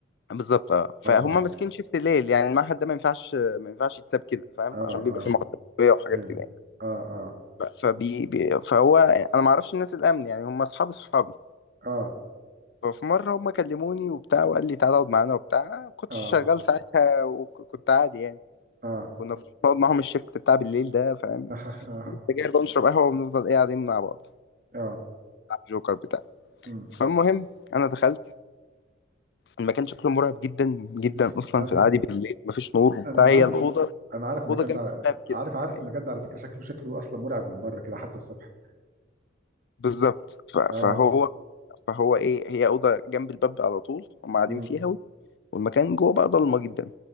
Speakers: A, on the left; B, on the right.
A: بالظبط اه فهم
B: اه اه
A: ماسكين شيفت الليل يعني المعهد ده ما ينفعش ما ينفعش يتساب كده فاهم
B: اه
A: عشان بيبقى
B: اه
A: فيه مواد تربويه وحاجات
B: ايوه
A: كده يعني
B: اه اه
A: ف- فبي بي فهو انا ما اعرفش الناس الامن يعني هم اصحاب اصحابي
B: اه
A: ففي مره هم كلموني وبتاع وقال لي تعالى اقعد معانا وبتاع أنا ما كنتش
B: اه
A: شغال ساعتها وكنت عادي يعني
B: اه
A: كنا بنقعد معاهم الشيفت بتاع بالليل ده فاهم
B: <laughs>
A: سجاير بقى ونشرب قهوة ونفضل ايه قاعدين مع بعض
B: اه
A: جوكر بتاع
B: مم.
A: فالمهم انا دخلت المكان شكله مرعب جدا جدا
B: <laughs>
A: اصلا في العادي بالليل مفيش نور وبتاع
B: انا عارف
A: هي الاوضه
B: هو انا عارف المكان
A: اوضه جنب
B: ده
A: الباب
B: عارف
A: كده
B: عارف
A: يعني
B: المكان ده على فكره شكله شكله اصلا مرعب من بره كده حتى الصبح
A: بالظبط ف-
B: اه
A: فهو فهو ايه هي اوضه جنب الباب على طول هم قاعدين
B: امم
A: فيها والمكان جوه بقى ضلمه جدا